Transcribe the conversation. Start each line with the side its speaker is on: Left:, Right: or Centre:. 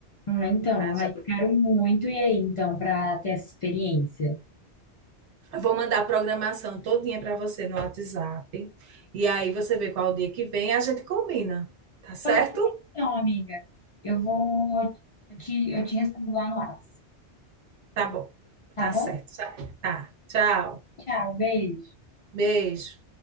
Left: Ah, então,
Right: pra gente.
Left: aí eu quero muito ir aí, então, para ter essa experiência.
Right: Eu vou mandar a programação todinha para você no WhatsApp. E aí você vê qual dia que vem, a gente combina, tá certo?
Left: Pode ser, então, amiga. Eu vou, eu te, eu te respondo lá no WhatsApp,
Right: Tá bom,
Left: tá
Right: tá
Left: bom?
Right: certo. Tá. Tchau.
Left: Tchau, beijo.
Right: Beijo.